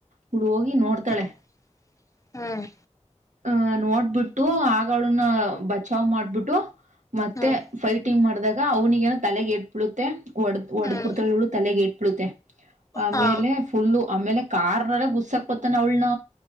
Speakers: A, on the right (about 80°); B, on the left (about 25°).
A: ಹುಳ ಹೋಗಿ ನೋಡ್ತಾಳೆ
B: ಹ್ಮ್ ಹ್ಮ್
A: ಹಹ ನೋಡ್ಬಿಟ್ಟು ಆಳನ್ನ ಬಚಾವ್ ಮಾಡ್ಬಿಟ್ಟು ಮತ್ತೆ
B: ಹ್ಮ್
A: ಫೈಟಿಂಗ್ ಮಾಡಿದಾಗ ಅವೌನಿಗೆನ್ನು ತಲೆಗೆ ಕೇಟ್ ಳುತ್ತೆ ಒಡದ
B: ಹ್ಮ್
A: ಪುಡ್ತ ತಲೆಗೆಟ್ಟ ಇಳುತ್ತ ಆಮೇಲೆ
B: ಹಾ
A: ಫುಲ್ಲು ಆಮೇಲೆ ಕಾರಾರ್ ಗುಸ್ಸಾ ಪ್ಪತ್ತಾನ ಅವಳನ